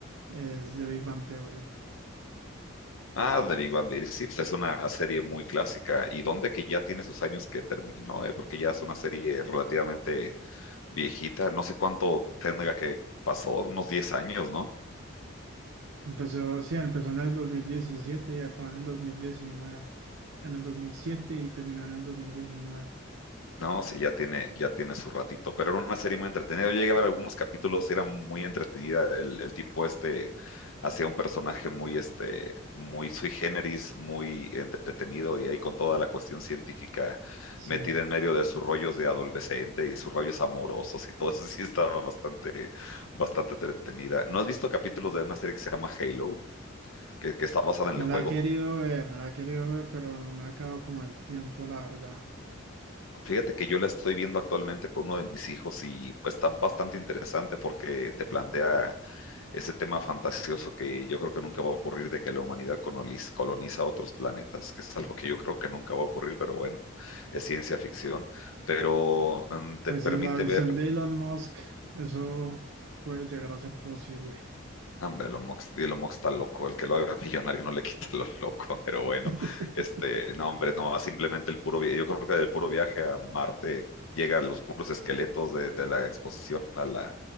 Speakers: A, on the right; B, on the left.
A: es de Big Bang Theory.
B: Ah, The Big Bang Theory, sí, pues es una serie muy clásica y donde que ya tiene sus años que terminó, eh, porque ya es una serie relativamente viejita, no sé cuánto tendrá que pasó, unos 10 años, ¿no?
A: Empezó, sí, empezó en el 2017 y acabó en el 2019 en el 2007 y terminó en el dos mil diecinueve
B: No, sí, ya tiene, ya tiene su ratito, pero era una serie muy entretenida. Yo llegué a ver algunos capítulos, era muy entretenida. El, el tipo este hacía un personaje muy, este, muy sui generis, muy entretenido y ahí con toda la cuestión científica
A: Sí,
B: metida en medio de sus rollos de adolescente y sus rollos amorosos y todo eso <laughs> sí estaba bastante, bastante entretenida. ¿No has visto capítulos de una serie que se llama Halo, que, que está basada en
A: me
B: el juego?
A: la he querido ver, me la he querido ver, pero no me ha acabado como el tiempo, la verdad.
B: Fíjate que yo la estoy viendo actualmente con uno de mis hijos y pues, está bastante interesante porque te plantea ese tema fantasioso que yo creo que nunca va a ocurrir de que la humanidad coloniz- coloniza otros planetas, que es algo que yo creo que nunca va a ocurrir, pero bueno, es ciencia ficción. Pero mm, te
A: Pues
B: permite
A: en la visión
B: ver
A: de Elon Musk, eso puede llegar a ser posible.
B: No Hombre, lo Mox, sí, lo Mox está loco, el que lo haga <laughs> millonario no le quita lo loco, pero bueno,
A: <laughs>
B: este, no, hombre, no, simplemente el puro viaje, yo creo que del puro viaje a Marte llegan los puros esqueletos de, de la exposición a la